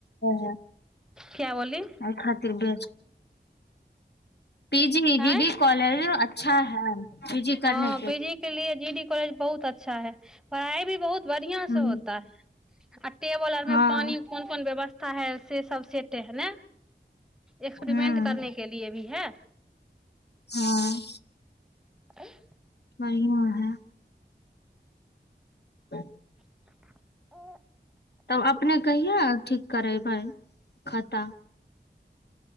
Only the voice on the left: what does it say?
है।
एहि खतिर बे, पी जी,
जी डी कॉलेजो अच्छा है। पी जी
करने
हँ
हूँ
हँ
हां।
बढ़िया। है <inaudible>
तब अपने कहिया ठीक करेबै, खाता?